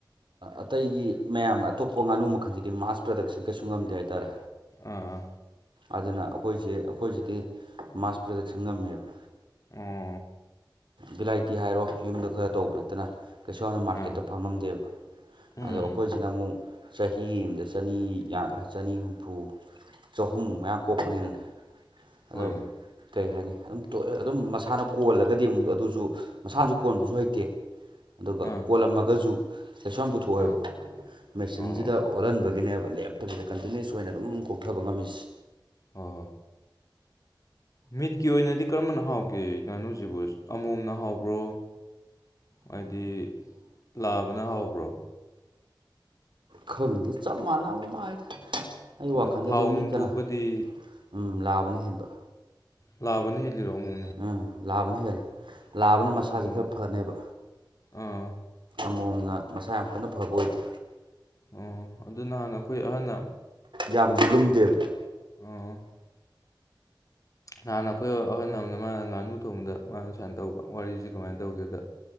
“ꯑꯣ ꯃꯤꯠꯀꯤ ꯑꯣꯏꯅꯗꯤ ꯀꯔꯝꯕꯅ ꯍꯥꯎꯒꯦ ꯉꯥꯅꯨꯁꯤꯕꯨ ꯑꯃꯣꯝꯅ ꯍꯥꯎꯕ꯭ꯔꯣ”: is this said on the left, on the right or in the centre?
Left